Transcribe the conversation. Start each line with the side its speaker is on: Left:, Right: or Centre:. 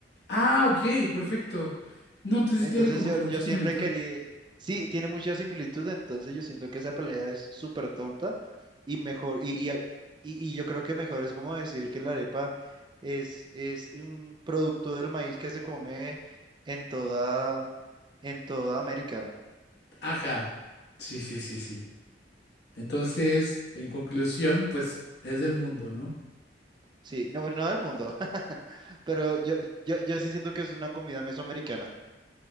Left: Ah, ok, perfecto. No, entonces
Right: Entonces
Left: sí tiene como
Right: yo,
Left: que
Right: yo
Left: mucha similitud.
Right: siempre quería, sí, tiene mucha similitud, entonces yo siento que esa pelea es súper tonta y mejor, y, y, y- y yo creo que mejor es como decir que la arepa es, es un producto del maíz que se come en toda, en toda América.
Left: Ajá. Sí, sí, sí, sí. Entonces, en conclusión, pues es del mundo, ¿no?
Right: Sí, no, no del mundo, <laughs> pero yo, yo, yo sí siento que es una comida mesoamericana.